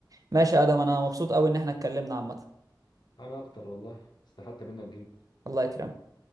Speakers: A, on the right; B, on the left.
A: ماشي يا ادم انا
B: بس
A: مبسوط قوي ان احنا اتكلمنا عامه
B: انا اكتر والله استفدت منك جدا
A: الله يكرمك